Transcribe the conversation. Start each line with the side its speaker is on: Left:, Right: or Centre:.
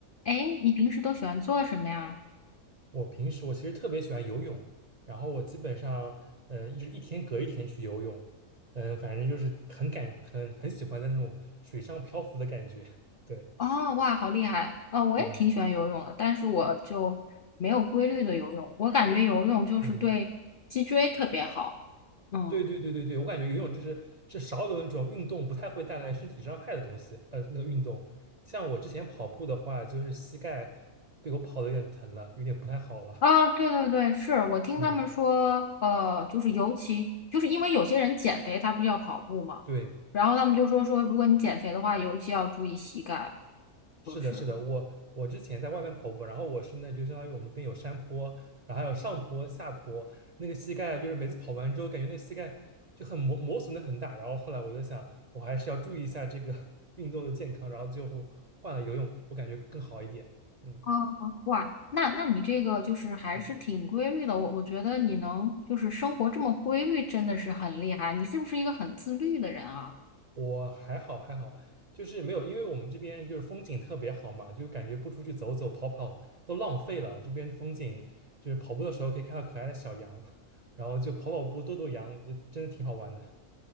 Left: 哎，你平时都喜欢做什么呀？
Right: 我平时我其实特别喜欢游泳，然后我基本上，呃，一直一天隔一天去游泳，嗯、反正就是很感很很喜欢在那种水上漂浮的感觉。<laughs> 对，
Left: 哦，哇，好厉害！啊、我也挺喜欢游泳的，
Right: 嗯
Left: 但是我就没有规律的游泳。我感觉游泳就是对脊椎特别好。
Right: 嗯，
Left: 嗯，
Right: 对对对对对，我感觉游泳就是是少有的那种运动不太会带来身体伤害的东西，呃，那个运动，像我之前跑步的话，就是膝盖被我跑的有点疼了，有点不太好了。
Left: 啊，对对对，是我听他们说，
Right: 嗯，
Left: 呃，就是尤其就是因为有些人减肥，他不是要跑步嘛，
Right: 对，
Left: 然后他们就说说，如果你减肥的话，尤其要注意膝盖，
Right: 是的，
Left: 就是。
Right: 是的，我我之前在外面跑步，然后我是那就相当于我们这边有山坡，然后还有上坡、下坡，那个膝盖就是每次跑完之后，感觉那膝盖就很磨磨损的很大。然后后来我就想，我还是要注意一下这个 <laughs> 运动的健康，然后最后换了游泳，我感觉更好一点。嗯。
Left: 哦，哇，那那你这个就是还是挺规律的，
Right: 嗯
Left: 我我觉得你能就是生活这么规律，真的是很厉害。你是不是一个很自律的人啊？
Right: 我还好还好，就是没有，因为我们这边就是风景特别好嘛，就感觉不出去走走跑跑都浪费了。这边风景就是跑步的时候可以看到可爱的小羊，<laughs> 然后就跑跑步逗逗羊，就真的挺好玩的。